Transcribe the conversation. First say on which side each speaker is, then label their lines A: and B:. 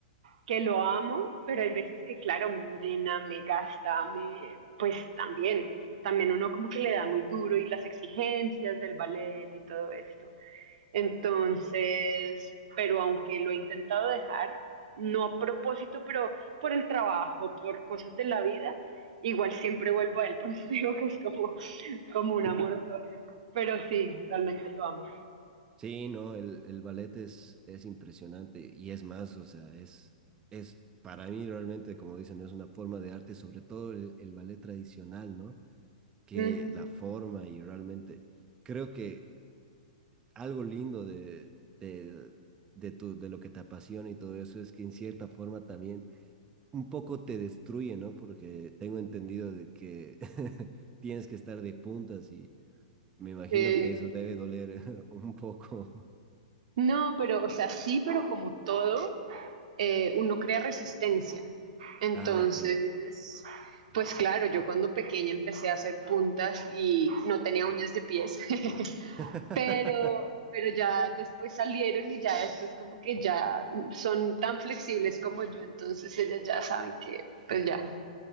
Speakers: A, on the right; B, on the right.
A: que lo amo, pero hay veces que, claro, me drena, me gasta, me, pues también, también uno como que le da muy duro y las exigencias del ballet y todo esto. Entonces, pero aunque lo he intentado dejar, no a propósito, pero por el trabajo, por cosas de la vida, igual siempre vuelvo a él, <laughs> por eso te digo que es como, como un amor tóxico. Pero sí, realmente lo amo.
B: Sí, no, el, el ballet es, es impresionante y es más, o sea, es, es para mí realmente, como dicen, es una forma de arte, sobre todo el, el ballet tradicional, ¿no? Que
A: Mm,
B: la forma y realmente creo que algo lindo de, de, de, tu, de lo que te apasiona y todo eso es que en cierta forma también un poco te destruye, ¿no? Porque tengo entendido de que <laughs> tienes que estar de puntas y me imagino
A: eh,
B: que eso debe doler <laughs> un poco.
A: no, pero, o sea, sí, pero como todo, eh, uno crea resistencia. Entonces,
B: Ah, ok.
A: pues claro, yo cuando pequeña empecé a hacer puntas y no tenía uñas de pies. <laughs>
B: <laughs>
A: Pero, pero ya después salieron y ya después como que ya son tan flexibles como yo, entonces ellas ya saben que pues ya,